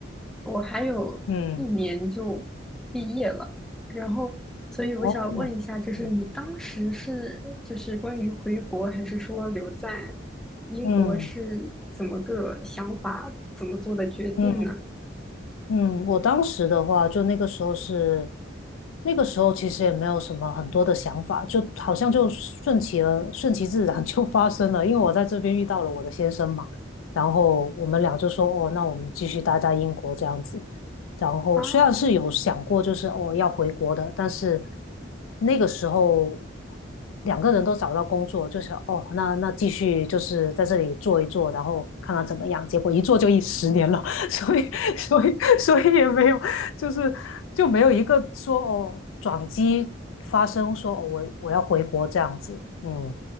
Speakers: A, in the centre; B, on the left (about 85°).
A: 我还有一年就毕业了，
B: 嗯
A: 然后，所以我想问一下，
B: 哦
A: 就是你当时是就是关于回国，
B: 嗯
A: 还是说留在英国是怎么个想法，
B: 嗯
A: 怎么做的决定呢？
B: 嗯嗯，我当时的话，就那个时候是，那个时候其实也没有什么很多的想法，就好像就顺其而顺其自然 <laughs> 就发生了。因为我在这边遇到了我的先生嘛，然后我们俩就说，哦，那我们继续待在英国这样子。然后虽然是有想过，
A: 啊
B: 就是哦要回国的，但是那个时候两个人都找到工作，就是哦那那继续就是在这里做一做，然后看看怎么样。结果一做就一十年了。<laughs> 所以所以所以也没有，就是就没有一个说哦转机发生说哦我我要回国这样子，嗯，